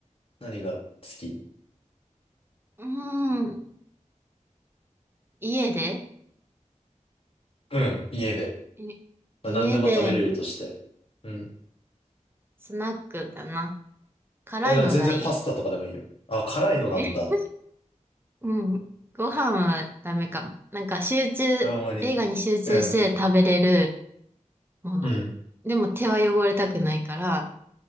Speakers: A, on the left; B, on the right.
A: 何が好き
B: うーん。家で
A: うん。家で。
B: え家で
A: まあ、何でも食べれるとして。うん。
B: スナックだな。辛いのがいい。
A: え、な、全然パスタとかでもいいよ。あ、辛いのなんだ。
B: えうん。ご飯はダメかも。なんか集中、
A: あ、ほんまに。
B: 映画に集中して食べれる
A: うん。
B: もの。
A: うん。
B: でも手は汚れたくないから、